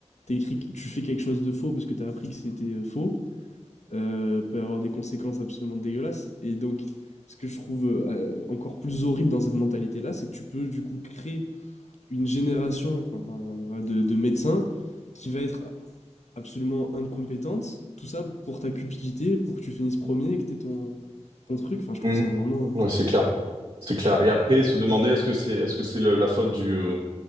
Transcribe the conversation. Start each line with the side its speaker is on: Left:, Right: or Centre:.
Left: t'écris, tu fais quelque chose de faux parce que t'as appris que c'était euh, faux, euh, peut avoir des conséquences absolument dégueulasses. Et donc, ce que je trouve euh, encore plus horrible dans cette mentalité-là, c'est que tu peux du coup créer une génération enfin, pas- ouais, de, de médecins qui va être absolument incompétente. Tout ça pour ta cupidité, pour que tu finisses premier et que t'aies ton, ton truc. Enfin, je trouve
Right: mm.
Left: ça vraiment. euh,
Right: Ouais, c'est clair, c'est clair. Et après, se demander est-ce que c'est est-ce que c'est le- la faute du euh,